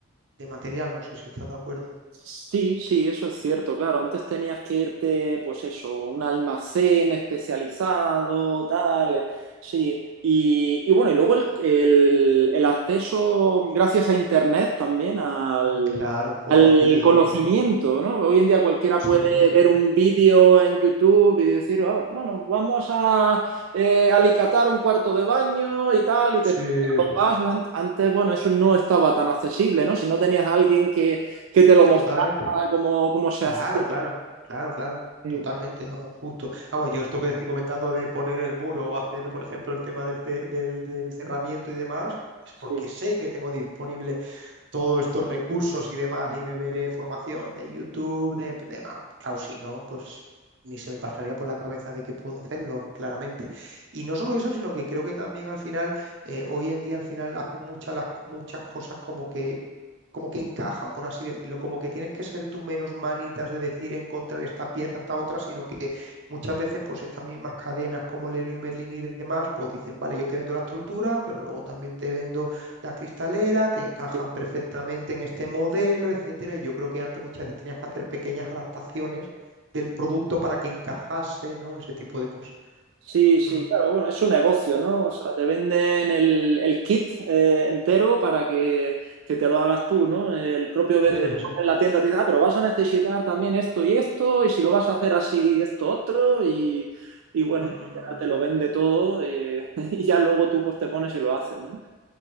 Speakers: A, on the right (about 60°); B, on the right (about 80°).
A: de material. No sé si estás de acuerdo.
B: Sí, sí, eso es cierto, claro. Antes tenías que irte, pues eso, a un almacén especializado, tal. Sí, y, y bueno, y luego el, el- el acceso, gracias a Internet también, al,
A: Mm. Claro, o
B: al
A: a los vídeos
B: conocimiento,
A: de... Sí,
B: ¿no? Hoy en día cualquiera
A: sí,
B: puede
A: sí, sí.
B: ver un vídeo en YouTube y decir, "Ah, bueno, vamos a eh, alicatar un cuarto de baño y tal, y
A: Sí,
B: te explica los
A: sí,
B: pasos.
A: sí.
B: Ant- Antes, bueno, eso no estaba tan accesible, ¿no? Si no tenías a alguien que que te lo mostrara
A: Totalmente.
B: cómo, cómo se
A: Claro,
B: hacía.
A: claro, claro, claro.
B: Sí,
A: Totalmente, vamos, justo. Vamos, yo esto que te estoy comentando de poner el muro o hacer, por ejemplo, el tema del, ce- del, del cerramiento y demás, es porque
B: sí,
A: sé que tengo disponible todos estos recursos y demás y me veré formación de YouTube, de, de demás. Claro, si no, pues ni se me pasaría por la cabeza de que puedo hacerlo, claramente. Y no solo eso, sino que creo que también al final, eh, hoy en día al final hacen muchas, las, muchas cosas como que como que encajan, por así decirlo, como que tienes que ser tú menos manitas de decir encontrar esta pieza, esta otra, sino que muchas veces pues estas mismas cadenas como Leroy Merlin y demás, pues dicen, vale, yo te vendo la estructura, pero luego también te vendo la cristalera, que encajan
B: sí.
A: perfectamente en este modelo, etcétera, y yo creo que antes muchas veces tenías que hacer pequeñas adaptaciones del producto para que encajase, ¿no? Ese tipo de cosas.
B: Sí, sí,
A: Mm,
B: claro, bueno, es un negocio, ¿no? O sea, te venden el, el kit eh, entero para que, que te lo hagas tú, ¿no? El propio vendedor
A: Sí, sí, sí.
B: en la tienda te dice, ah, pero vas a necesitar también esto y esto, y si lo vas a hacer así, esto otro, y, y bueno,
A: Mm, mm,
B: ya
A: mm.
B: te lo vende todo, eh, <laughs> y ya luego tú pues te pones y lo haces, ¿no?